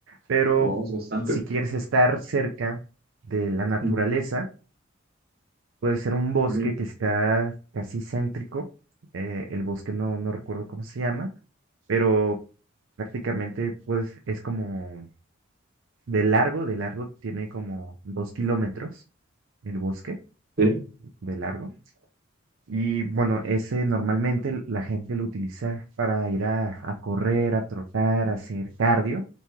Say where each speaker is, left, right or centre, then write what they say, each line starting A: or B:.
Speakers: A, on the right; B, on the right.
A: Pero
B: Vamos bastante.
A: si quieres estar cerca de la naturaleza,
B: Ujú,
A: Puede ser un bosque
B: ujú,
A: que está casi céntrico. eh, el bosque no, no recuerdo cómo se llama, pero prácticamente pues es como de largo, de largo tiene como dos kilómetros el bosque
B: Sí.
A: de largo. Y bueno, ese normalmente l- la gente lo utiliza para ir a, a correr, a trotar, a hacer cardio,